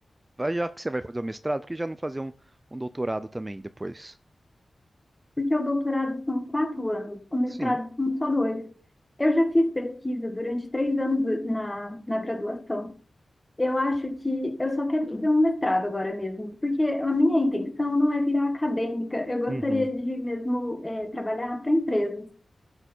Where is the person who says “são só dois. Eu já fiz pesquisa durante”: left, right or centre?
Left